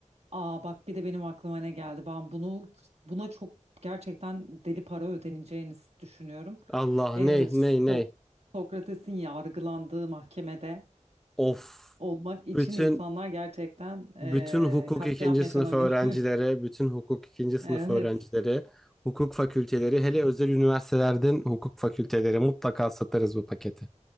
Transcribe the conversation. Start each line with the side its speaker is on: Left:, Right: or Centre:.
Right: Aa bak bir de benim aklıma ne geldi. Ben bunu buna çok gerçekten deli para ödeneceğini düşünüyorum.
Centre: Allah
Right: E,
Centre: ney
Right: So-
Centre: ney ney.
Right: Sokrates'in yargılandığı mahkemede
Centre: Of.
Right: olmak için
Centre: Bütün
Right: insanlar gerçekten e,
Centre: bütün hukuk
Right: katliam
Centre: ikinci
Right: yaşanabilir.
Centre: sınıf öğrencileri,
Right: <laughs>
Centre: bütün hukuk ikinci sınıf
Right: Evet,
Centre: öğrencileri, hukuk fakülteleri, hele özel üniversitelerden hukuk fakülteleri mutlaka satarız bu paketi.